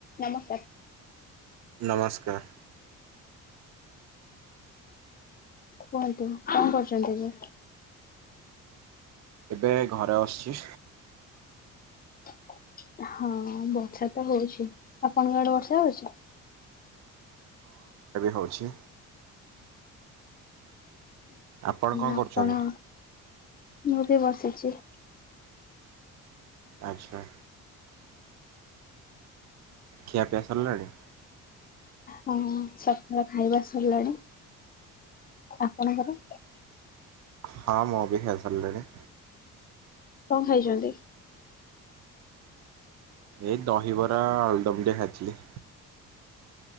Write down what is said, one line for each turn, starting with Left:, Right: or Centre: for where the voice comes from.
Left: ନମସ୍କାର।
Right: ନମସ୍କାର।
Left: କୁହନ୍ତୁ କଣ କରୁଛନ୍ତି ଏବେ?
Right: ଏବେ ଘରେ ଅଶିଛି।
Left: <inaudible> ହଁ ବର୍ଷା ତ ହଉଛି, ଆପଣଙ୍କଆଡେ ବର୍ଷା ହଉଛି?
Right: ହୋଉଛି। ଆପଣ କଣ
Left: ଆପଣ
Right: କରୁଛନ୍ତି?
Left: ମୁଁ ବି ବସିଛି।
Right: ଆଚ୍ଛା। ଖିଆପିଆ ସରିଲାଣି?
Left: ହଁ ସକାଳ ଖାଇବା ସରିଲାଣି। ଆପଣଙ୍କର?
Right: ହଁ ମୁ ବି ଖାଇସାରିଲିଣି।
Left: କଣ ଖାଇଛନ୍ତି?
Right: ଏଇ ଦହିବରା ଅଳୁଦମ ଟିକେ ଖାଇଥିଲି।